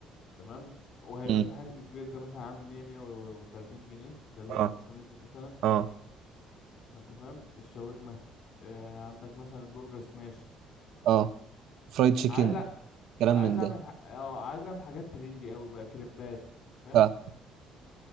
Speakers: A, on the left (about 60°); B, on the right (about 70°).
A: تمام وهيبقى
B: مم.
A: في حجم كبير ده مثلا عامل مية مية وتلاتين جنيه ده له
B: اه
A: نص متر مثلا
B: اه
A: ما انت فاهم الشاورما آه عندك مثلا برجر سماش
B: اه فرايد تشيكن
A: عايز أ...
B: كلام
A: عايز
B: من ده
A: اعمل ح... اه عايز اعمل حاجات ترندي قوي بقى كريبات فاهم
B: ف